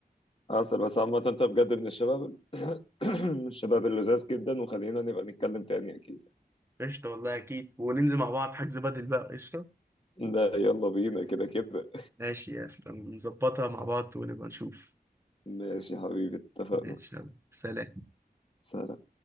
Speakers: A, on the left (about 35°); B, on the right (about 15°).
A: اصل بس عامة انت بجد من الشباب <clears throat> <coughs> من الشباب اللذاذ جدا وخلينا نبقى نتكلم تاني اكيد
B: قشطة والله اكيد وننزل مع بعض حجز بدل بقى قشطة
A: ده يلا بينا كده كده
B: ماشي يا اسطى نظبطها مع بعض ونبقى نشوف
A: ماشي يا حبيبي اتفقنا
B: ماشي يلا سلام
A: سلام